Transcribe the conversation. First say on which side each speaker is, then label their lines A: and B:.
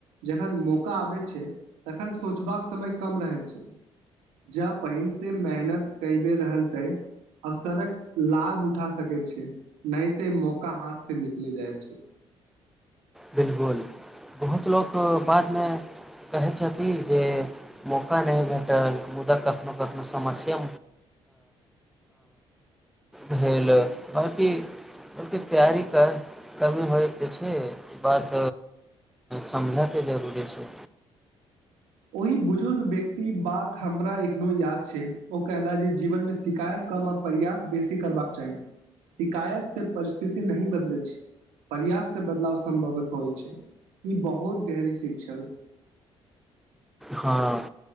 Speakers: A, on the right (about 85°); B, in the centre.
A: जखन मौका आबैत छै तखन सोचबाक समय कम रहैत छै जब पहिनसँ मेहनत क बेर रहल तै अवसरक लाभ उठा सकैत छै नहि तऽ मौका हाथसँ निकलि जाइत छै
B: बिलकुल बहुत लोक बादमे कहैत छथिन जे मौका नहि भेटल मुदा कखनोहु कखनोहु समस्या भेल बाँकी ब तैयारीके कमी होयके जे छै बात समझयके जरूरी छै
A: ओहि बुजुर्ग व्यक्ति बात हमरा एखनो याद छै ओ कहला जे जीवनमे शिकायत कम आ प्रयास बेसी करबाक चाही शिकायतसँ परिस्थिति नहि बदलैत छै प्रयाससँ बदलाव सम्भवत होइत छै ई बहुत गहरी शिक छल
B: हँ